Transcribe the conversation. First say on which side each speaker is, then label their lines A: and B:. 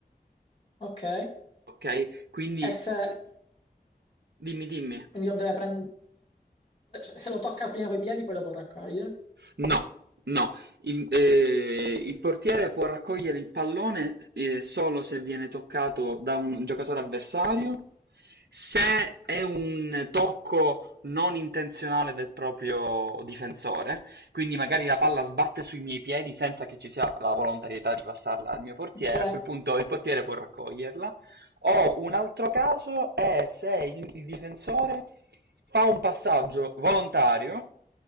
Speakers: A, on the left; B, on the right.
A: Ok.
B: ok? Quindi
A: E se
B: eh, dimmi, dimmi.
A: quindi lo deve prendere... se lo tocca prima coi piedi, poi lo può raccogliere.
B: No, no, il, eh, il portiere può raccogliere il pallone eh, solo se viene toccato da un giocatore avversario, se è un tocco non intenzionale del proprio difensore, quindi magari la palla sbatte sui miei piedi senza che ci sia la volontarietà di passarla al mio portiere,
A: Ok,
B: a quel punto il portiere può raccoglierla. O un altro caso è se il, il difensore fa un passaggio volontario,